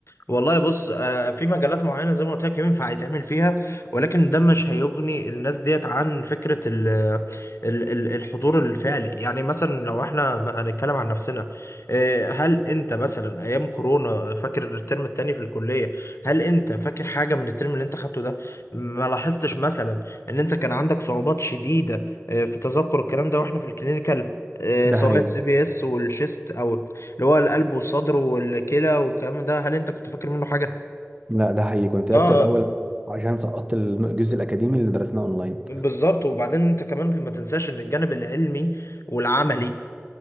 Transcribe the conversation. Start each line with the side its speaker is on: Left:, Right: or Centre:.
Left: والله بص آه، في مجالات معينة زي ما قلت لك ينفع يتعمل فيها ولكن ده مش هيغني الناس ديت عن فكرة ال ال ال الحضور الفعلي يعني مثلا لو احنا م- هنتكلم عن نفسنا آه، هل انت مثلا ايام كورونا فاكر الترم التاني في الكلية هل انت فاكر حاجة من الترم اللي انت خدته ده ما لاحظتش مثلا ان انت كان عندك صعوبات شديدة آه، في تذكر الكلام ده واحنا في الكلينيكال آه،
Right: ده
Left: سواء
Right: حقيقي
Left: السي في اس والشيست او اللي هو القلب والصدر والكلى والكلام ده هل انت كنت فاكر منه حاجة؟
Right: لا ده حقيقي كنت
Left: اه
Right: ابدا الاول عشان سقطت الجزء الاكاديمي اللي درسناه اونلاين
Left: بالظبط وبعدين انت كمان ما تنساش ان الجانب العلمي والعملي